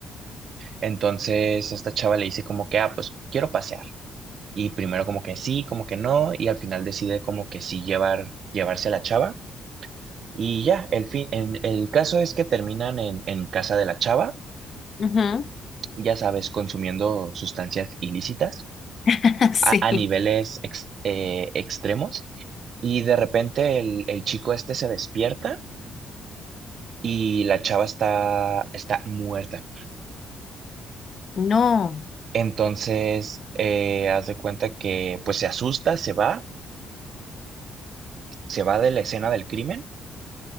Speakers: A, on the right (about 60°); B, on the left (about 50°).
A: Entonces esta chava le dice como que, ah, pues quiero pasear. Y primero como que sí, como que no, y al final decide como que sí llevar, llevarse a la chava. Y ya, el fin, en, el caso es que terminan en, en casa de la chava,
B: Ujú.
A: ya sabes, consumiendo sustancias ilícitas
B: <laughs> Sí.
A: a, a niveles ex- eh, extremos. Y de repente el, el chico este se despierta y la chava está, está muerta.
B: No,
A: Entonces, eh, haz de cuenta que pues se asusta, se va, se va de la escena del crimen